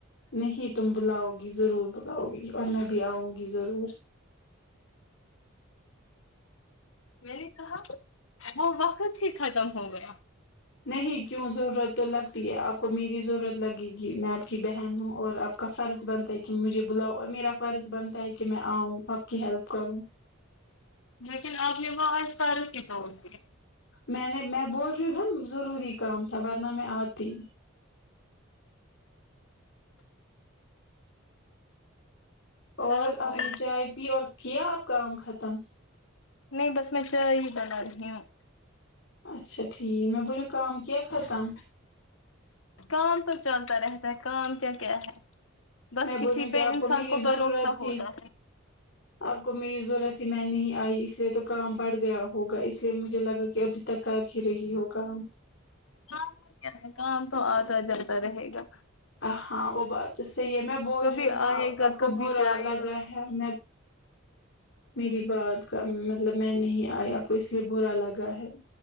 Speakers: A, on the left (about 60°); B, on the left (about 80°).
A: نہیں تم بلاؤ گی ضرور بلاؤ گی اور میں بھی آؤں گی ضرور
B: میں نے کہا وہ وقت ہی ختم ہو گیا
A: نہیں کیوں ضرورت تو لگتی ہے آپ کو میری ضرورت لگے گی میں آپ کی بہن ہوں اور آپ کا فرض بنتا ہے کہ مجھے بلاؤ اور میرا فرض بنتا ہے کہ میں آؤں آپ کی ہیلپ کروں
B: لیکن آپ نے وہ آج کل جوک
A: میں نے میں بول رہی ہوں نا ضروری کام تھا ورنہ میں آتی اور
B: چلو کوئی
A: آپ نے چائے پی اور کیا آپ کام ختم
B: نہیں بس میں چائے ہی بنا رہی ہوں
A: اچھا ٹھیک میں بریو کام کیا ختم
B: کام تو چلتا رہتا ہے کام کیا کیا ہے بس
A: میں
B: کسی
A: بولیوں
B: پہ
A: کہ آپ
B: انسان
A: کو میری
B: بھروسہ
A: ضرورت
B: ہوتا
A: تھی
B: ہے
A: آپ کو میری ضرورت ہی میں نہیں آئی اس لیے تو کام بڑھ گیا ہوگا اس لیے مجھے لگا کہ ابھی تک کر ہی رہی ہو کام
B: کام کیا ہے کام تو آتا جرتا رہے گا
A: ہاں وہ بات تو صحیح ہے میں بول
B: کبھی
A: رہی ہوں نا
B: آئے گا
A: آپ کو
B: کبھی
A: برا
B: جائے
A: لگا
B: گا
A: ہے میں میری بات کا مطلب میں نہیں آیا کو اس لیے برا لگا ہے